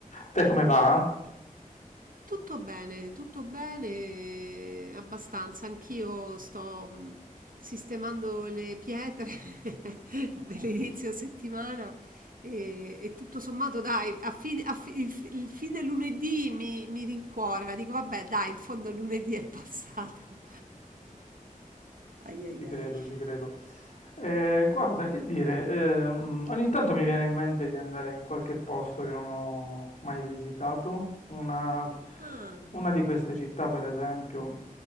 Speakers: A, on the left (about 60°); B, on the right (about 70°).
A: Te come
B: È vero.
A: va?
B: Tutto bene, tutto bene, eh, abbastanza. Anch'io sto mh, sistemando le pietre <laughs> dell'inizio settimana e, e tutto sommato, dai, a fine- a fi- il, fi- il fine lunedì mi, mi rincuora. Dico, vabbè, dai, in fondo il lunedì è passato. Ai
A: Ci
B: ai
A: credo,
B: ai.
A: ci credo. Eh, guarda, che dire, ehm, ogni tanto mi viene in mente di andare in qualche posto che non ho mai visitato. Una,
B: Ah,
A: una di queste città, per esempio,